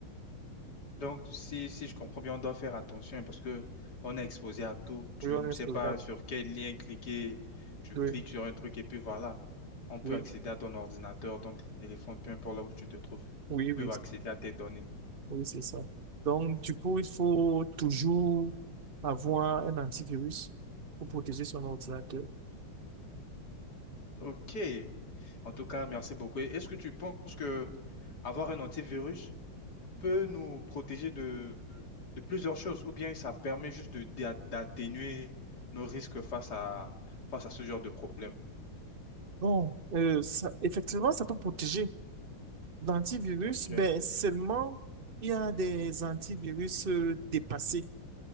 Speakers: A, on the left; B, on the right.
A: Donc, si, si je comprends bien, on doit faire attention, hein, parce que on est exposé à tout. Tu
B: Oui, on
A: ne
B: est
A: sais
B: sur
A: pas
B: ça.
A: sur quel lien cliquer. Tu
B: Oui,
A: cliques sur un truc et puis voilà. On peut
B: oui,
A: accéder à ton ordinateur, ton téléphone, peu importe là où tu te trouves.
B: oui, oui,
A: Ils peuvent accéder à tes données.
B: Oui, c'est ça. Donc, du coup, il faut toujours avoir un antivirus pour protéger son ordinateur.
A: Ok. En tout cas, merci beaucoup. Et Est-ce que tu penses que avoir un antivirus peut nous protéger de, de plusieurs choses, ou bien ça permet juste de, d'a- d'atténuer nos risques face à, face à ce genre de problème?
B: Bon, euh, ça, effectivement, ça peut protéger. L'antivirus,
A: Ok,
B: ben, seulement, il y a des antivirus euh, dépassés.